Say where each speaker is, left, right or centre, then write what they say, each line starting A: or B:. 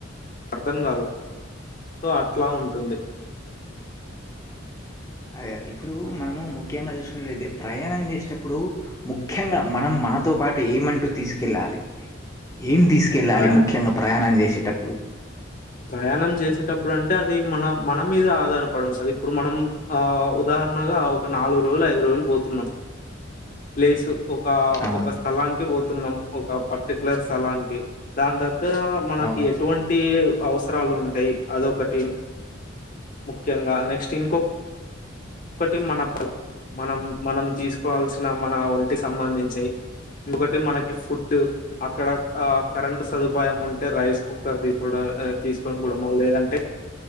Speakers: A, on the left (about 45°); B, on the left (about 15°).
A: అర్థం కాదు సో అట్లా ఉంటుంది.
B: అదే అది ఇప్పుడు మనము ముఖ్యంగా చూసుకున్నట్యితే ప్రయాణం చేసేటప్పుడు ముఖ్యంగా మనం మనతో పాటు ఏమంటూ తీసుకెళ్ళాలి ఏం తీసుకెళ్ళాలి
A: ప్రయా
B: ముఖ్యంగా ప్రయాణం చేసేటప్పుడు
A: ప్రయాణం చేసేటప్పుడు అంటే అది మన మన మీద ఆధారపడి ఉంటది. ఇప్పుడు మనం ఆ ఉదా హరణగా ఒక నాలుగు రోజులు, ఐదు రోజులు పోతున్నాం. ప్లేసు ఒక
B: అవును.
A: ఒక స్థలానికి పోతున్నాం. ఒక పర్టికులర్ స్థలానికి దాని ద గ్గర మనకి
B: అవును.
A: ఎటువంటి అవసరాలు ఉంటాయి అదొకటి ముఖ్యంగా నెక్స్ట్ ఇంకో ఒకటి మన మనం మనం తీసుకోవాల్సిన మన ఒంటికి సంబంధించియ్ ఇంకోకటి మనకి ఫుడ్ అక్కడ అ కరెంట్ సదుపాయం ఉంటే రైస్ కుక్కర్ తీసుకోవడం ఏ తీసుకొని పోవడమో లేదంటే